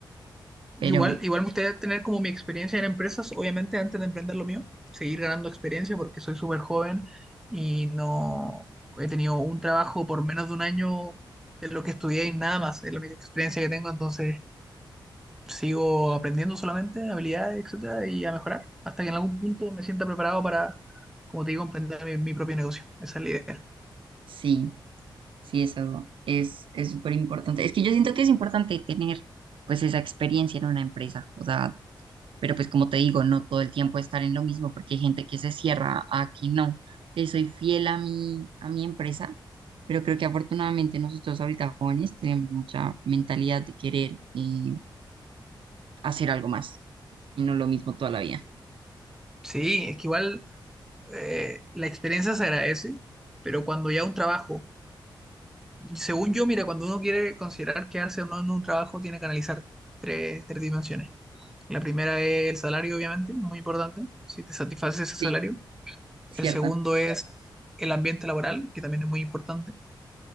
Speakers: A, in the centre; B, on the right.
A: Yo
B: pero
A: Igual, igual me gustaría tener como mi experiencia en empresas, obviamente antes de emprender lo mío, seguir ganando experiencia porque soy súper joven y no he tenido un trabajo por menos de un año de lo que estudié y nada más, es la única experiencia que tengo, entonces sigo
B: sí,
A: aprendiendo solamente habilidades, etcétera, y a mejorar hasta que en algún punto me sienta preparado para, como te digo, emprender mi, mi propio negocio. Esa es la idea.
B: sí, sí, eso es, es súper importante. Es que yo siento que es importante tener pues esa experiencia en una empresa, o sea, pero pues como te digo, no todo el tiempo estar en lo mismo porque hay gente que se cierra a que no. Le soy fiel a mi, a mi empresa, pero creo que afortunadamente nosotros ahorita jóvenes tenemos mucha mentalidad de querer eh, hacer algo más y no lo mismo toda la vida.
A: Sí, es que igual eh, la experiencia se agradece, pero cuando ya un trabajo Según yo, mira, cuando uno quiere considerar quedarse o no en un trabajo, tiene que analizar tres, tres dimensiones. La primera es el salario, obviamente, muy importante, si te satisface ese salario.
B: Sí, cierta.
A: El segundo es el ambiente laboral, que también es muy importante.